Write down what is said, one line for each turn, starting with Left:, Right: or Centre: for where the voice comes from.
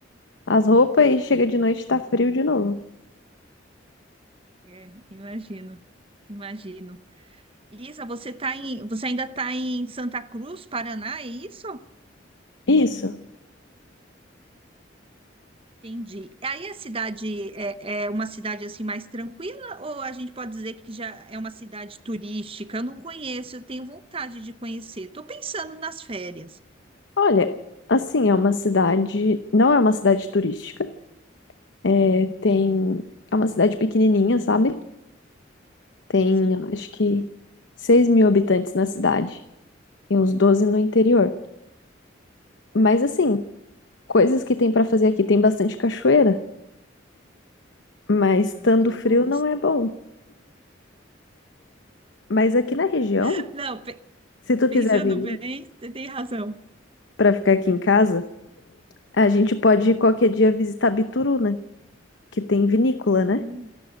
Left: as roupas e chega de noite e tá frio de novo.
Right: é, imagino, imagino. Isa, você tá em, você ainda está em Santa Cruz, Paraná, é isso?
Left: Isso.
Right: Entendi. Aí a cidade é, é uma cidade assim mais tranquila ou a gente pode dizer que já é uma cidade turística? Eu não conheço, eu tenho vontade de conhecer. Estou pensando nas férias.
Left: Olha, assim, é uma cidade. Não é uma cidade turística. É, Tem. É uma cidade pequenininha, sabe? Tem,
Right: Sim,
Left: eu acho que, 6 mil habitantes na cidade e uns 12 no interior. Mas, assim, coisas que tem pra fazer
Right: sim.
Left: aqui. Tem bastante cachoeira, mas estando
Right: Ah, eu
Left: frio
Right: gosto.
Left: não é bom. Mas aqui na região,
Right: <laughs> Não, pe-
Left: se tu
Right: pensando
Left: quiser vir
Right: bem, você tem razão.
Left: pra ficar aqui em casa, a gente pode ir qualquer dia visitar Bituruna que tem vinícola, né?
Right: Hum.